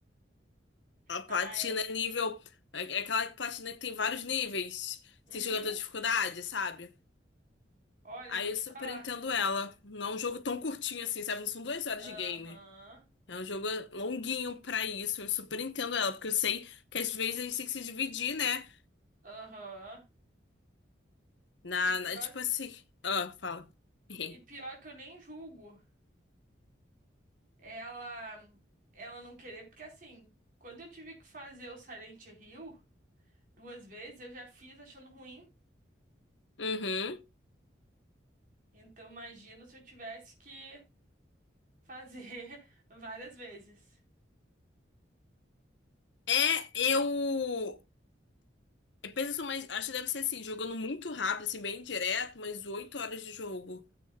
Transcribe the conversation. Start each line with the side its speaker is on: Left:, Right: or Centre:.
Left: A platina
Right: Ah, é.
Left: é nível. É é aquela platina que tem vários níveis. Você
Right: Uhum.
Left: joga toda dificuldade, sabe?
Right: Olha,
Left: Aí
Right: eu vou
Left: eu
Right: te
Left: super
Right: falar.
Left: entendo ela. Não é um jogo tão curtinho assim, sabe? Não são duas horas
Right: Aham.
Left: de game. É um jogo longuinho pra isso. Eu super entendo ela, porque eu sei que às vezes a gente tem que se dividir, né?
Right: Aham.
Left: Na,
Right: E pior,
Left: na- tipo assim. ah fala. <laughs>
Right: e pior que eu nem julgo ela, ela não querer, porque assim, quando eu tive que fazer o Silent Hill duas vezes, eu já fiz achando ruim.
Left: Uhum.
Right: Então imagino se eu tivesse que fazer <laughs> várias vezes.
Left: É, eu. Eu penso, mas acho que deve ser assim, jogando muito rápido, assim, bem direto, mas oito horas de jogo.